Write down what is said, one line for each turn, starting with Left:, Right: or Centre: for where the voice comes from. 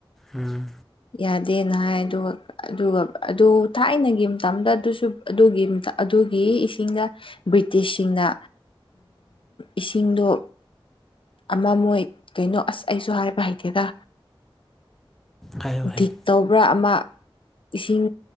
Centre: ꯎꯝ
Left: ꯌꯥꯗꯦꯅ ꯍꯥꯏ ꯑꯗꯨꯒ ꯑꯗꯨꯒ ꯑꯗꯨ ꯊꯥꯏꯅꯒꯤ ꯃꯇꯝꯗ ꯑꯗꯨꯁꯨ ꯑꯗꯨꯒꯤ ꯑꯗꯨꯒꯤ ꯏꯁꯤꯡꯅ ꯕ꯭ꯔꯤꯇꯤꯁꯁꯤꯡꯅ ꯏꯁꯤꯡꯗꯣ ꯑꯃ ꯃꯣꯏ ꯀꯩꯅꯣ ꯑꯁ ꯑꯩꯁꯨ ꯍꯥꯏꯕ ꯍꯩꯇꯦꯗ
Centre: ꯍꯥꯏꯌꯣ ꯍꯥꯏꯌꯣ
Left: ꯗꯤꯛ ꯇꯧꯕ꯭ꯔꯥ ꯑꯃ ꯏꯁꯤꯡ